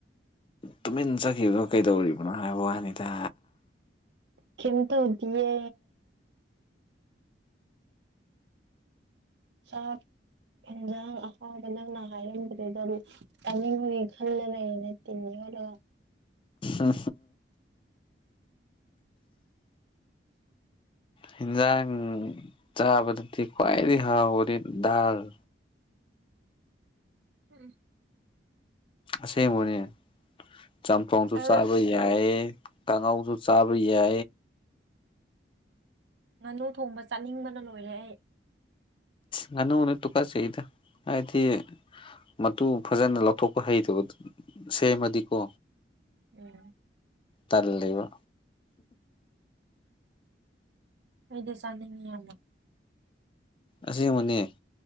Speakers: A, on the left; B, on the right.
A: ꯇꯨꯃꯤꯟ ꯆꯠꯈꯤꯕꯗꯣ ꯀꯩꯗꯧꯔꯤꯕꯅꯣ ꯍꯥꯏꯕ ꯋꯥꯅꯤꯗ
B: ꯀꯤꯟꯇ ꯌꯦ ꯁꯥꯞ ꯏꯟꯖꯥꯡ ꯑꯍꯥꯎꯕ ꯅꯪꯅ ꯍꯥꯏꯔꯝꯕꯗꯨ ꯑꯗꯨꯝ ꯆꯥꯅꯤꯡꯕꯒꯤ ꯈꯜꯂ ꯂꯩ ꯂꯩꯇꯦꯅꯤ ꯍꯂ
A: ꯑ ꯑ ꯍꯤꯟꯖꯥꯡ ꯆꯥꯕꯗꯨꯗꯤ ꯈ꯭ꯋꯥꯏꯗꯤ ꯍ ꯑꯣꯏꯗꯤ ꯗꯔ
B: ꯎꯝ
A: ꯑꯁꯦꯡꯕꯅꯦ ꯆꯝꯊꯣꯡꯁꯨ
B: ꯑꯩ
A: ꯆꯥꯕ ꯌꯥꯏꯌꯦ ꯀꯉꯥꯎꯁꯨ ꯆꯥꯕꯔꯤ ꯌꯥ
B: ꯉꯥꯅꯨ ꯊꯣꯡꯕ ꯆꯠꯅꯤꯡꯕꯅ ꯂꯣꯏꯔꯦ ꯑꯩ
A: ꯅꯅꯨꯅꯦ ꯇꯨꯀ ꯆꯗ ꯍꯥꯏꯗꯤ ꯃꯇꯨ ꯐꯖꯅ ꯂꯧꯊꯣꯛꯄ ꯍꯩꯇꯕ ꯁꯦꯝꯃꯗꯤꯀꯣ
B: ꯎꯝ
A: ꯇꯜ ꯂꯩ ꯂꯩꯕ
B: ꯎ ꯏꯗꯤ ꯆꯅꯤꯡꯉꯃ
A: ꯑꯁꯤꯦꯡꯕꯅꯤ